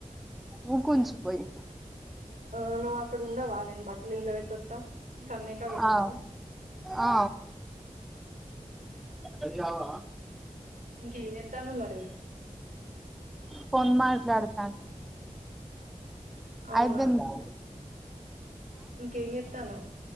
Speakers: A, in the centre; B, on the right.
A: ఊ కొంచెం పోయి
B: ఆ నువ్వు అక్కడ ఉండవా నేను బట్టలు ఇంట్లో పెట్టొత్త కన్నయ్యకడ ఉండవా
A: ఆ
B: నువ్వు
A: ఆ ఉంటా
B: ఇంకేం చేత్తన్నావ్ మరి
A: ఫోన్ మాట్లాడతాను
B: అవునా
A: అయిపోయిందా
B: ఇంకేం చేతనవ్